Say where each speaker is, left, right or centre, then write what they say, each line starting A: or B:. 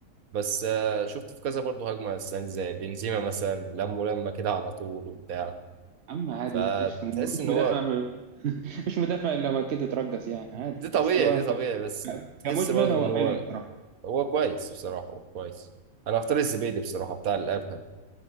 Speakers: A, on the right; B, on the right.
A: بس آه، شفت في كذا برضه هجمة السنة دي زي بنزيما مثلا لم ولما كده على طول وبتاع
B: اما عادي
A: فتحس
B: مفيش مفيش
A: ان هو
B: مدافع <laughs> مش مدافع الا هو كده اترجس يعني عادي
A: دي طبيعي
B: بس هو
A: دي
B: ك-
A: طبيعي بس تحس
B: كمجمل
A: برضه
B: هو
A: ان هو
B: حلو بصراحة
A: هو كويس بصراحة هو كويس انا هختار الزبيدي بصراحة بتاع الابهل